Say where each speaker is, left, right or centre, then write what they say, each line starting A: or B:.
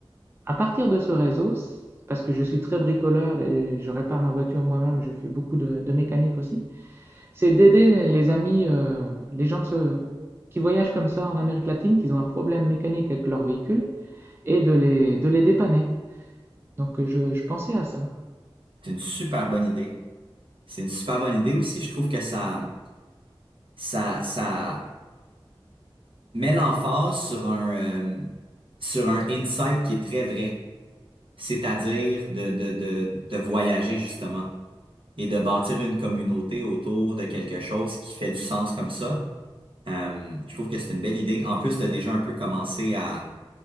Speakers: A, on the right; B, on the right.
A: à partir de ce réseau, parce que je suis très bricoleur et je répare ma voiture moi-même, je fais beaucoup de, de mécanique aussi, c'est d'aider les les amis, euh, les gens de ce- qui voyagent comme ça en Amérique latine, qui ont un problème mécanique avec leur véhicule, et de les, de les dépanner. Donc euh, je, je pensais à ça.
B: C'est une super bonne idée. C'est une super bonne idée aussi. Je trouve que ça, ça, ça met l'emphase sur un, euh, sur un insight qui est très vrai, c'est-à-dire de, de, de, de voyager justement et de bâtir une communauté autour de quelque chose qui fait du sens comme ça. Euh, je trouve que c'est une belle idée. En plus, tu as déjà un peu commencé à,